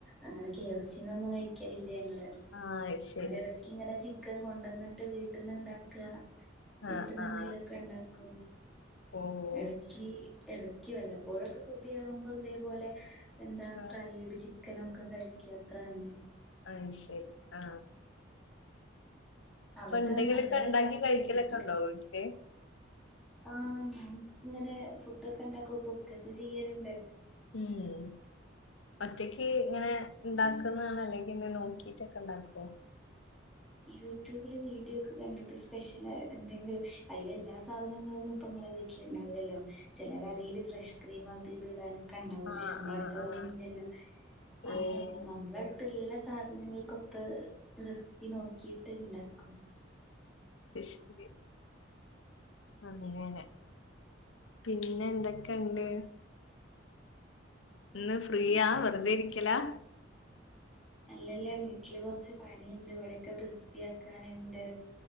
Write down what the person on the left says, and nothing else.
ആഹ് അത് ശരി
ആഹ് ആഹ്
ഓഹ്
ആഹ്
ആയ് ശരി ആ
എന്തെങ്കിലൊക്കെ
ഇണ്ടാക്കി കഴിക്കലൊക്കെ
ഉണ്ടോ വീട്ടില്
ഉം ഒറ്റക്ക് ഇങ്ങനെ ഇണ്ടാക്കുന്നാണോ അല്ലെങ്കി എന്തിം നോക്കിയിട്ടൊക്കെ ഇണ്ടാക്കോ
ആഹ്
ആഹ്
ആഹ്
ഓഹ്
അയ്ശെരി പ്പൊ അങ്ങനേണ് പിന്നെ എന്തെക്കെണ്ട് ഇന്ന് ഫ്രീയാ
വെറുതെ ഇരിക്ക്യലാ